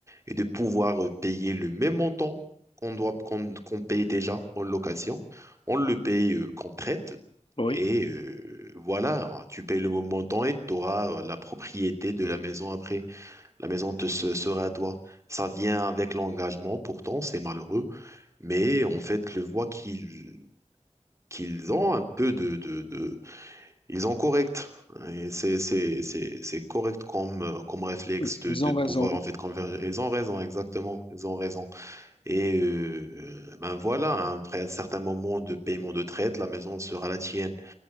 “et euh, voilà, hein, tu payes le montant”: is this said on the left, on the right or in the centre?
Right